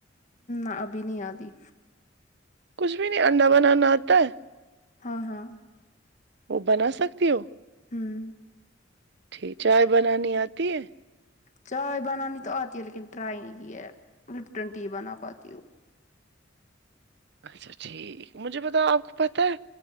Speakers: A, on the left (about 40°); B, on the right (about 60°).
A: ا ابھی نہیں آتیی
B: کچھ بھی نہیں انڈا بنانا آتا ہے
A: ہاں ہاں
B: وہ بنا سکتی ہو
A: ہمم
B: ٹھیک چائے بنانی آتی ہے
A: چائے بنانی تو آتی ہے لیکن ٹرائی نہیں کی ہے لپٹن ٹی بنا پاتی ہوں
B: اچھا ٹھیک مجھے بتاؤ آپ کو پتہ ہے